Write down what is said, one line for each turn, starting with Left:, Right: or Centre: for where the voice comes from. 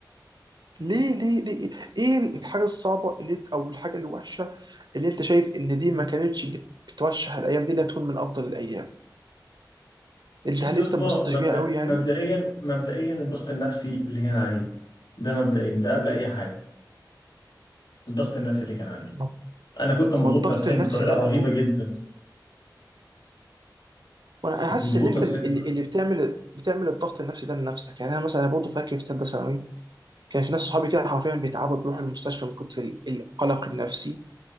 Right: ليه ليه ليه ايه الحاجه الصعبه اللي انت او الحاجه الوحشه اللي انت شايف ان دي ما كانتش بت- بترشح الايام دي انها تكون من افضل الايام انت
Left: بص
Right: هل
Left: يا
Right: انت
Left: اسطى
Right: انبسطتش
Left: مبدأ
Right: بيها قوي يعني
Left: مبدئيا مبدئيا الضغط النفسي اللي كان عليه ده مبدئيا ده قبل اي حاجه الضغط النفسي اللي كان عليه
Right: ما
Left: انا كنت مضغوط
Right: ما الضغط
Left: نفسيا
Right: النفسي
Left: بطريقه
Right: ده
Left: رهيبه
Right: برضه
Left: جدا
Right: وانا أنا
Left: كنت
Right: حاسس
Left: مضغوط
Right: ان انت
Left: نفسيا
Right: اللي, اللي اللي بتعمل بتعمل الضغط النفسي ده لنفسك يعني انا مثلا انا برضه فاكر في ثالثه ثانوي كان في ناس صحابي كده حرفيا بيتعبوا بيروحوا المستشفى من كتر ال- القلق النفسي